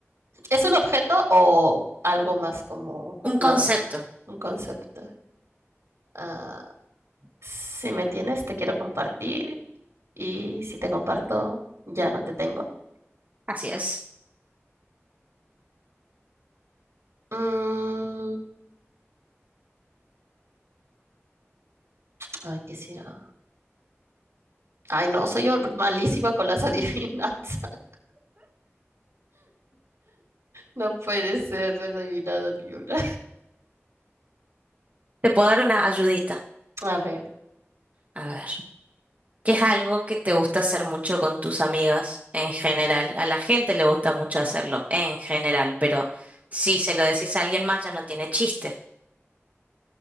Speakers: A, on the right; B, on the right.
A: ¿Es un objeto o algo más como,
B: Un
A: no,
B: concepto.
A: un concepto? Ah, si me tienes, te quiero compartir y si te comparto, ya no te tengo.
B: Así es.
A: Mm, ay, ¿qué será? Ay, no, soy hor- malísima con las adivinanzas. <laughs> No puede ser adivinado ni una.
B: Te puedo dar una ayudita.
A: <laughs> A ver,
B: A ver. que es algo que te gusta hacer mucho con tus amigas en general. A la gente le gusta mucho hacerlo en general, pero si se lo decís a alguien más ya no tiene chiste.